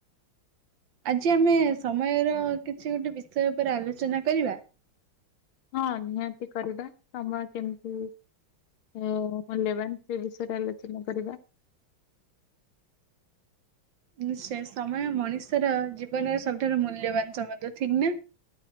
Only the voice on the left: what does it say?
ହଁ ନିହାତି କରିବା ସମୟ କେମିତି ହୁଁ ମୁଁ ନେବାନ ସେ ବିଷୟରେ ଆଲୋଚନା କରିବା।